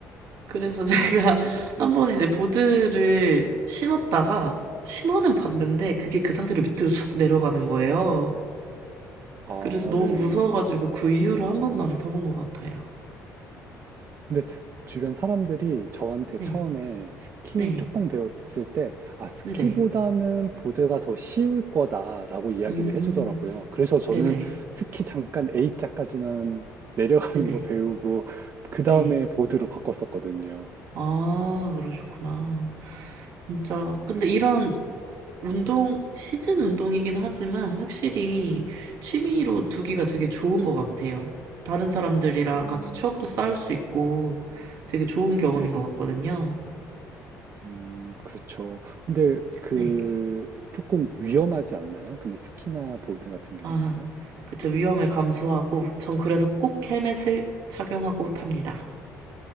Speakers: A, on the right (about 80°); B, on the right (about 40°).
A: 그래서 제가 <laughs>
B: 네네.
A: 한번 이제 보드를 신었다가 신호는 봤는데 그게 그 상태로 밑으로 쑥 내려가는 거예요.
B: 아
A: 그래서 너무
B: 네.
A: 무서워가지고 그 이후로 한 번도 안 타본 것 같아요.
B: 근데 주변 사람들이 저한테
A: 네,
B: 처음에 스키
A: 네,
B: 조금 배웠을 때, 아, 스키보다는
A: 네네,
B: 보드가 더 쉬울 거다라고 이야기를
A: 음,
B: 해주더라고요. 그래서 저는
A: 네네,
B: 스키 잠깐 A자까지만 <laughs> 내려가는
A: 네네, 네.
B: 거
A: 네,
B: 배우고, 그 다음에
A: 네.
B: 보드로 바꿨었거든요.
A: 아, 그러셨구나. 진짜. 근데
B: 네,
A: 이런 운동, 시즌 운동이긴 하지만 확실히 취미로 두기가 되게 좋은 것 같아요. 다른 사람들이랑
B: 음,
A: 같이 추억도 쌓을 수 있고 되게 좋은 경험인
B: 네,
A: 것 같거든요.
B: 음, 그렇죠. 근데 그,
A: 네.
B: 조금 위험하지 않나요? 근데 스키나 보드 같은 경우는요?
A: 아, 그쵸. 위험을 감수하고 전 그래서 꼭 헬멧을 착용하고 탑니다.